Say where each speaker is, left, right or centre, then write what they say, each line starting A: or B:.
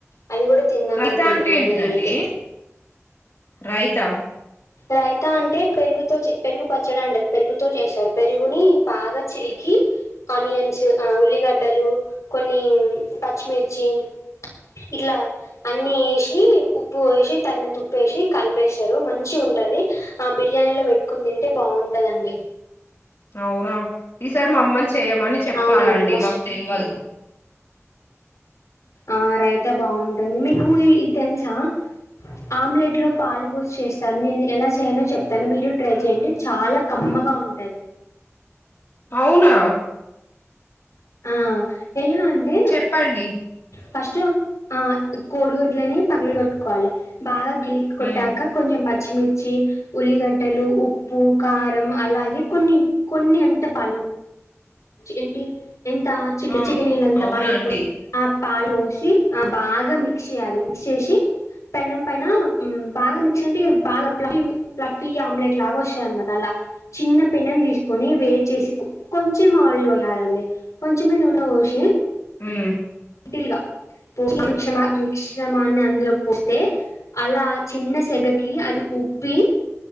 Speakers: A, on the left (about 85°); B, on the left (about 55°).
A: అది కూడా తిందాం
B: రైతా
A: అనుకుంటున్నాం
B: అంటే ఏంటిదండి
A: మేమైతే
B: రైతా
A: రైత అంటే పెరుగుతో చె పెరుగు పచ్చడా అంటారు పెరుగుతో చేస్తారు పెరుగుని బాగా చిలికి ఆనియన్స్ ఆ ఉల్లిగడ్డలు కొన్ని పచ్చిమిర్చి ఇట్లా అన్ని ఏషి ఉప్పు వేసి తగినంత ఉప్పు వేసి కలిపేస్తారు మంచి ఉం టది ఆ బిర్యానీలో పెట్టుకొని తింటే బాగుంటదండి
B: అవునా ఈసారి మా అమ్మని చేయమని చెప్పాలండి
A: అవునండి మస్తు
B: మాకు తెల్వదు
A: ఆ రైత బాగుంటది మీకు ఇది తెలుసా ఆమ్లెట్లో పాలు పోసి చేస్తాను నేను ఎలా చేయాలో చెప్తాను మీరు ట్రై చేయండి చాలా కమ్మ గవుంటది
B: అవునా
A: ఆ ఎలా అండి
B: చెప్పండి
A: ఫస్ట్ ఆ కోడిగుడ్లని పగలకొట్టుకోవాలి బాగా గిల్ కొట్టాక
B: ఉమ్
A: కొంచం పచ్చి మిర్చి ఉల్లిగడ్డలు ఉప్పు కారం అలాగే కొన్ని కొన్ని ఇంత పాలు ఏంటి ఇంత చిటి
B: ఆ
A: చిటనేళ్ళంత
B: అవునా
A: పాలు
B: అండి
A: ఆ పాలు వొ సి ఆ బాగా మిక్స్ చేయాలి మిక్స్ చేసి పెనం పైన బాగా మిక్స్ అంటే బాగా ప్లమి ప్లఫీ ఆమ్లెట్ లాగా వస్తదన్మాట అలా చిన్న పెనం తీసుకొని వేడి చేసి కొ కొం చెం ఆయిల్ పోయాలండి కొంచెమే నూనె పోషి
B: ఉమ్
A: వీల్గా పోస్న మిక్సమ మిశ్రమాన్ని అందులో పోస్తే అలా చిన్న సెగకి అది ఉబ్బి